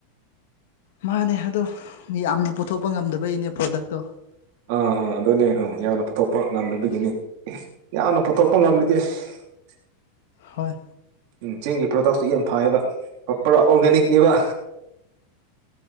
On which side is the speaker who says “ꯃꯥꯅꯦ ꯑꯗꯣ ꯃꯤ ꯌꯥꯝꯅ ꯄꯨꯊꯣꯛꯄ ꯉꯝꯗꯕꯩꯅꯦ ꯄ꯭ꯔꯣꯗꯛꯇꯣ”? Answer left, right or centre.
Left